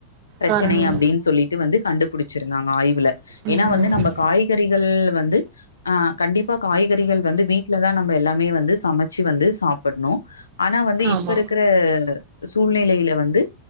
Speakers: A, on the left; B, on the right.
A: பிரச்சனை
B: காரணம்
A: அப்படின்னு சொல்லிட்டு வந்து கண்டுபுடிச் வச்சிருந்தாங்க ஆய்வில்ல
B: ம்.
A: ஏன்னா வந்து நம்ம காய்கறிகள் வந்து ஆ கண்டிப்பா காய்கறிகள் வந்து வீட்லதான் நம்ம எல்லாமே வந்து சமச்சு வந்து சாப்டணும் ஆனா வந்து
B: ஆமா.
A: இப்ப இருக்கிற சூழ்நிலையில வந்து